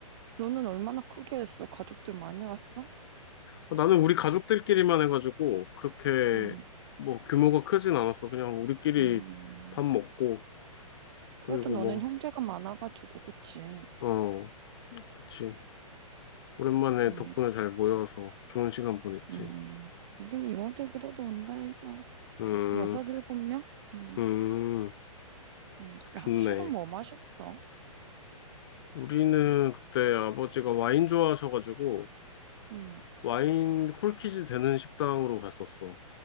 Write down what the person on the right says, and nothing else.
너는 얼마나 크게 했어? 가족들 많이 왔어?
음,
음.
그래도
너는
형제가 많아가지고, 그치?
음,
음, 우린 이모들 그래도 온다 해서
여섯 일곱 명? 음,
음.
야, 술은 뭐 마셨어?
음,